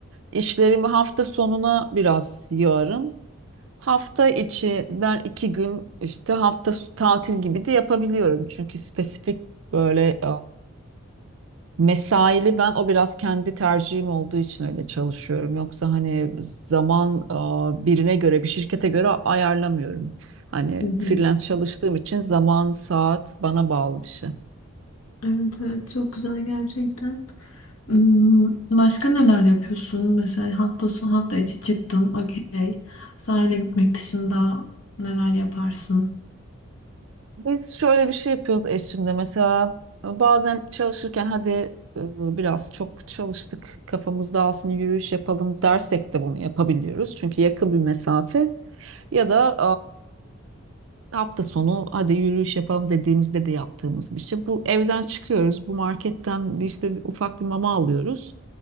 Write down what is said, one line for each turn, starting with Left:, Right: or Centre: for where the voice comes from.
Right: İşlerimi hafta sonuna biraz yığarım. Hafta içinden iki gün işte hafta s- tatil gibi de yapabiliyorum. Çünkü spesifik böyle Mesaili ben o biraz kendi tercihim olduğu için öyle çalışıyorum. Yoksa hani zaman e, birine göre, bir şirkete göre ayarlamıyorum. Hani
Left: Hı hı.
Right: freelance çalıştığım için zaman, saat bana bağlı bir şey.
Left: Evet evet çok güzel gerçekten. Hmm, Başka neler yapıyorsun? Mesela hafta sonu hafta içi çıktın. Okey. Sahile gitmek dışında neler yaparsın?
Right: Biz şöyle bir şey yapıyoruz eşimle. Mesela bazen çalışırken hadi e, biraz çok çalıştık, kafamız dağılsın, yürüyüş yapalım dersek de bunu yapabiliyoruz. Çünkü yakın bir mesafe ya da hafta sonu hadi yürüyüş yapalım dediğimizde de yaptığımız bir şey. Bu evden çıkıyoruz. Bu marketten bir işte bir ufak bir mama alıyoruz.